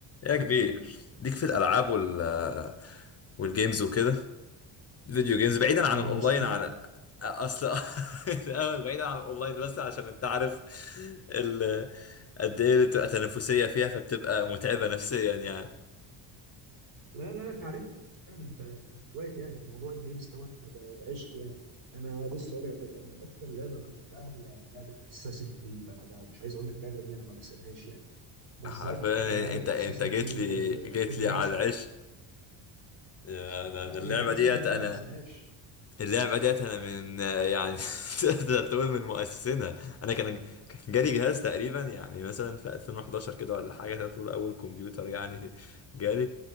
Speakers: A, on the left; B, on the right.
A: يا كبير ليك في الالعاب وال والجيمز وكده فيديو جيمز بعيدا
B: يعني
A: عن الاونلاين
B: ده سؤال
A: عن
B: إيه؟
A: اصل <laughs> الاول بعيدا عن الاونلاين بس عشان انت عارف ال... قد ايه بتبقى تنافسيه فيها فبتبقى متعبه نفسيا يعني
B: لا لا لا تعرف يعني انت احنا اخوات يعني الموضوع الجيمز دوت ده, ده عشق يعني انا بص اقول لك على حاجه انا اكتر لعبه بحبها هي لعبه اساسن كريد بقى, بقى مش عايز اقول لك اللعبه دي انا ما بسيبهاش يعني بالذات
A: حرفيا
B: لعبه
A: انت
B: اساسن
A: انت جيت
B: كريد
A: لي جيت
B: ريفيليشن
A: لي على العش يا- انا
B: لا
A: أنا اللعبه
B: ريفيليشن
A: ديت
B: دي انا
A: انا
B: ما بسيبهاش
A: اللعبة ديت أنا من يعني <laughs> تقدر تقول من مؤسسينها أنا كان كان جالي جهاز تقريبا يعني مثلا في 2011 كده ولا حاجة تقدر تقول أول كمبيوتر يعني جالي